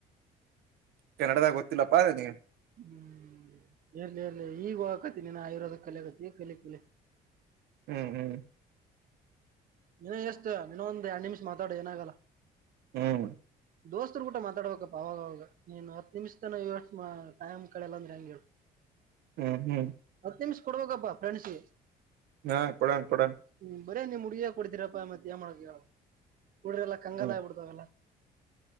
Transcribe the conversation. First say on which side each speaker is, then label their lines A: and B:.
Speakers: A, on the right; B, on the right.
A: ಕೆನ್ನಡದಾಗ ಗೊತ್ತಿಲ್ಲಪ್ಪ ಅ ನೀಗೆ
B: ಹ್ಮ್ ಇರ್ಲಿ ಇರ್ಲಿ ಈಗ ಹೋಗಕತಿ ನೀನ್ ಆಯುರ್ವೇದ ಕಲಿ ಆಕತಿ ಕಲಿ ಕಲಿ
A: ಹ್ಮ್ ಹ್ಮ್
B: ಇನ್ನ ಎಷ್ಟು ಇನ್ನ ಒಂದೆರಡು ನಿಮಿಷ ಮಾತಾಡಿ ಏನಾಗಲ್ಲ
A: ಹ್ಮ್
B: ದೋಸ್ತರು ಕೂಡ ಮಾತಾಡ್ಬೇಕಪ್ಪ ಅವಾಗವಾಗ ನೀನು ಹತ್ತು ನಿಮಿಷ ತನ ಟೈಮ್ ಕಡಲ್ಲ ಅಂದ್ರೆ ಹೆಂಗ ಹೇಳ
A: ಹ್ಮ್ ಹ್ಮ್
B: ಹತ್ತು ನಿಮಿಷ ಕೊಡ್ಬೇಕಪ್ಪಾ ಫ್ರೆಂಡ್ಸಗೆ
A: ಹಾ ಕೊಡಣ ಕೊಡಣ
B: ಹ್ಮ್ ಬರೆ ನೀಮ್ ಹುಗಿಗೆ ಕುಡ್ತೀರಪ್ಪಾ ಮತ್ತ ಏನ ಮಾಡದ ಎಳ ಕುಡ್ರಲ್ಲ ಕಂಗಾಲ
A: ಹ್ಮ್
B: ಆಗ್ಬ ಬಿಡ್ತಾಗಲ್ಲ